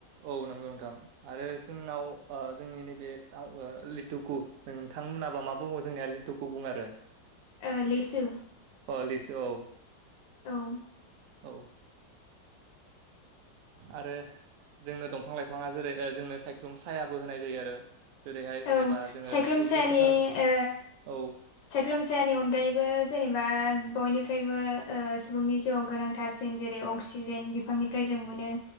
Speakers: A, on the right; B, on the left.
A: औ नंगौ नोंथां आरो जोंनाव जोंनि नैबे लिटुखौ नोंथांमोनाबा मा बुङो जोंनिया लिटुखौ बुंड़ो आरो
B: आ लिसु
A: लिसु औ
B: औ
A: औ आरो जोंनो दंफां लाइफाङा जेरै जोंनो सायख्लुम सायाबो होनाय जायो आरो जेरैहाय जेनेबा
B: औ
A: जोङो
B: सायख्लुम
A: दुब्लि
B: सायानि
A: फोथार
B: ओ
A: औ
B: सायख्लुम सायानि अनगायैबो जेनेबा बयनिफ्रायबो सुबुंनि जिउआव गोनां टारसिन जेरै अक्सिजेन बिफांनिफ्राय जों मोनो